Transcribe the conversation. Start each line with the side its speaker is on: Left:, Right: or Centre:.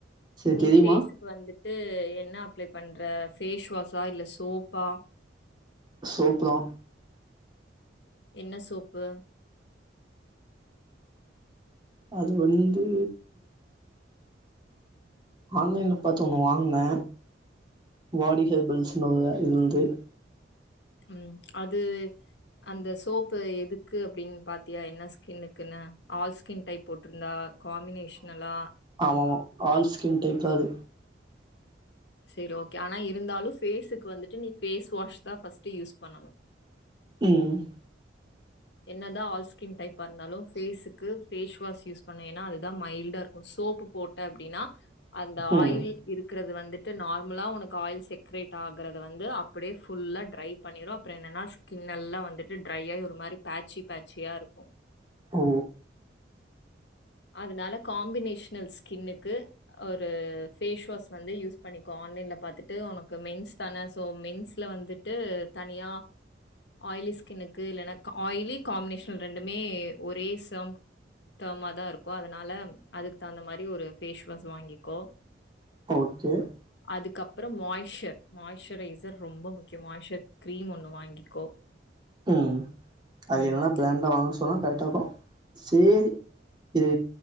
Right: சரி
Left: நீ
Right: தெரியுமா
Left: ஃபேஸுக்கு வந்துட்டு என்ன அப்ளே பண்ற ஃபேஸ் வாஷா இல்ல சோப்பா
Right: சோப்பு தா
Left: என்ன சோப்பு
Right: அது வந்து ஆன்லைன்ல பாத்து ஒன்னு வாங்குனே பாடி ஹெர்பல்ஸ்னு வ ஒரு இது
Left: ம் அது அந்த சோப்பு எதுக்கு அப்டின்னு பாத்தியா என்ன ஸ்கின்னுக்குன்னு ஆல் ஸ்கின் டைப் போட்டிருந்தா காம்பினேஷ்னலா
Right: ஆம ஆமா ஆல் ஸ்கின் டைப்தா அது
Left: சரி ஓகே ஆனா இருந்தாலும் ஃபேஸுக்கு வந்துட்டு நீ ஃபேஸ் வாஷ் தா ஃபர்ஸ்ட் யூஸ் பண்ணணும்
Right: ம்
Left: என்னதா ஆல் ஸ்கின் டைப்பா இருந்தாலும் ஃபேஸுக்கு ஃபேஸ் வாஷ் யூஸ் பண்ண ஏன்னா அதுதா மைல்டா இருக்கும் சோப்பு போட்ட அப்டின்னா அந்த
Right: ம்
Left: ஆயில் இருக்கிறது வந்துட்டு நார்மலா உனக்கு ஆயில் செக்ரேட் ஆகுறது வந்து அப்டியே ஃபுல்லா ட்ரை பண்ணிடும் அப்புற என்னன்னா ஸ்கின்ல்லா வந்துட்டு ட்ரைையாயி ஒரு மாரி பேச்சி பேச்சியா இருக்கும்
Right: ஓ
Left: அதனால காம்பினேஷனல் ஸ்கின்னுக்கு ஒரு ஃபேஸ் வாஷ் வந்து யூஸ் பண்ணிக்கோ ஆன்லைன்ல பாத்துட்டு உனக்கு மென்ஸ் தான சோ மென்ஸ்ல வந்துட் டு தனியா ஆயிலி ஸ்கின்னுக்கு இல்லனா ஆயிலி காம்மினேஷன் ரெண்டுமே ஒரே சேம் தா மா தா இருக்கு அதனால அதுக்கு தகுந்த மாரி ஒரு ஃபேஸ் வாஷ் வாங்கிக்கோ
Right: ஓகே
Left: அதுக்கப்புறம் மாய்ஸர் மாய்ஸ்சரைசர் ரொம்ப முக்கியம் மாய்ஸர் கிரீம் ஒண்ணு வாங்கிக்கோ
Right: ம் அது
Left: ம்.
Right: என்னன்னா ஃபிராண்டா வாங்க சொன்னா கரெக்டா இருக்கு சேரி இது